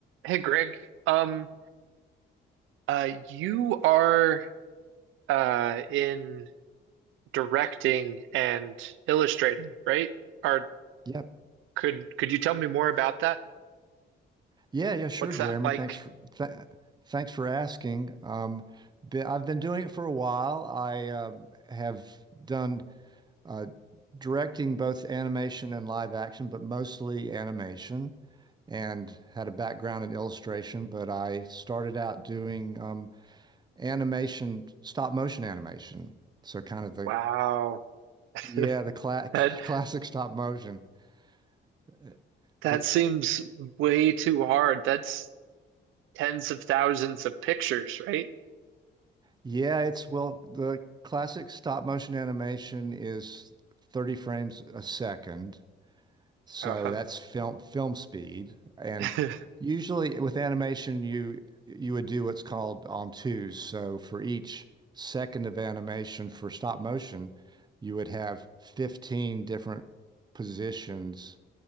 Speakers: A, on the right; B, on the right.
A: Hey Greg, um, uh, you are uh in directing and illustrating, right? Or
B: Yep.
A: could could you tell me more about that?
B: Yeah, yeah, sure,
A: What's
B: Jeremy.
A: that like?
B: Thanks for th thanks for asking. Um, be- I've been doing it for a while. I um have done uh, directing both animation and live action, but mostly animation, and had a background in illustration. But I started out doing um, animation, stop motion animation. So kind of the
A: Wow, <laughs>
B: yeah, the cla <laughs>
A: that
B: classic stop motion, eh, which
A: that seems way too hard. That's tens of thousands of pictures, right?
B: Yeah, it's well, the classic stop motion animation is 30 frames a second. So
A: Uh-huh.
B: that's film film speed. And
A: <laughs>
B: usually with animation you you would do what's called on twos. So for each second of animation for stop motion, you would have 15 different positions